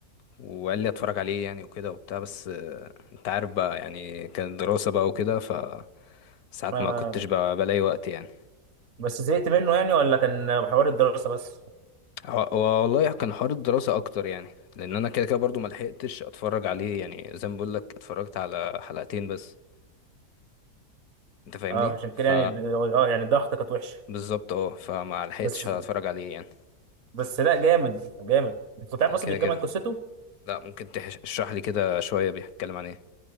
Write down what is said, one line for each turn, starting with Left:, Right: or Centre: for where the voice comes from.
Left: وقال لي اتفرج عليه يعني وكده وبتاع بس آه، انت عارف بقى يعني كانت دراسة بقى وكده فساعات
Right: ما-
Left: ما كنتش بقى بلاقي وقت يعني
Right: بس زهقت منه يعني ولا كان حوار الدراسه بس
Left: هو- هو والله كان حوار الدراسة اكتر يعني لان انا كده كده برضو ما لحقتش اتفرج عليه يعني زي ما بقول لك اتفرجت على حلقتين بس انت فاهمني
Right: اه عشان
Left: ف
Right: كده يعني اه يعني ضغطة كانت وحشه
Left: بالظبط اه فما لحقتش
Right: بس
Left: اتفرج عليه يعني
Right: بس لا جامد جامد انت كنت
Left: آه،
Right: عارف اصلا
Left: كده
Right: بيكمل
Left: كده
Right: قصته
Left: لا ممكن تح- تشرح لي كده شوية بيتكلم عن ايه